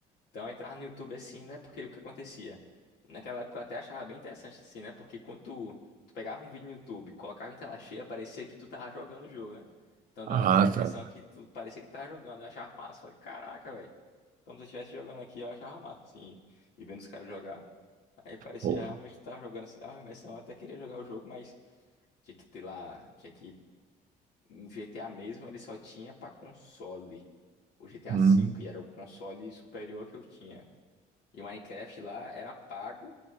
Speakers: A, on the left; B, on the right.
A: Então, eu entrava no YouTube assim, né? Porque o que acontecia? Naquela época eu até achava bem interessante assim, né? Porque quando tu, tu pegava um vídeo no YouTube, colocava em tela cheia, parecia que tu tava jogando o jogo, né? Então dava
B: Ah,
A: aquela imersão
B: tá.
A: que tu parecia que tava jogando. Eu achava massa. Falei, caraca, velho. Como se eu estivesse jogando aqui, eu achava massa, assim. E vendo os caras jogar. Aí parecia
B: Pô,
A: realmente que tu tava jogando assim, dava uma imersão. Eu até queria jogar o jogo, mas tinha que ter lá. Tinha que. O GTA mesmo, ele só tinha pra console. O GTA
B: hum.
A: V. E era o console superior que eu tinha. E o Minecraft lá era pago,